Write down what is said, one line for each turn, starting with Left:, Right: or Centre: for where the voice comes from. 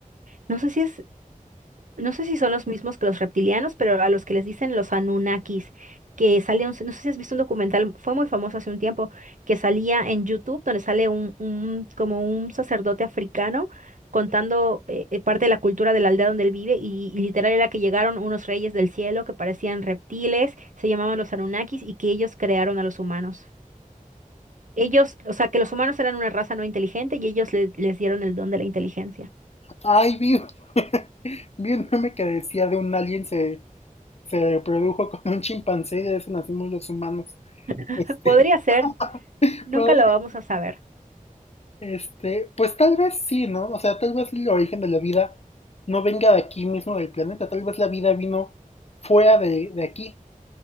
Right: no sé si es No sé si son los mismos que los reptilianos, pero a los que les dicen los Anunnakis, que sale un, no sé si has visto un documental, fue muy famoso hace un tiempo, que salía en YouTube, donde sale un, un- como un sacerdote africano contando eh, eh, parte de la cultura de la aldea donde él vive, y, y literal era que llegaron unos reyes del cielo que parecían reptiles, se llamaban los Anunnakis, y que ellos crearon a los humanos. Ellos, o sea, que los humanos eran una raza no inteligente y ellos le- les dieron el don de la inteligencia.
Left: Ay, vi, <laughs> vi un meme que decía de un alien se, se reprodujo con un chimpancé y de eso nacimos los humanos.
Right: <laughs>
Left: Este,
Right: Podría ser,
Left: <laughs>
Right: nunca
Left: pero
Right: lo vamos a saber.
Left: Este, pues tal vez sí, ¿no? O sea, tal vez el origen de la vida no venga de aquí mismo del planeta, tal vez la vida vino fuera de, de aquí.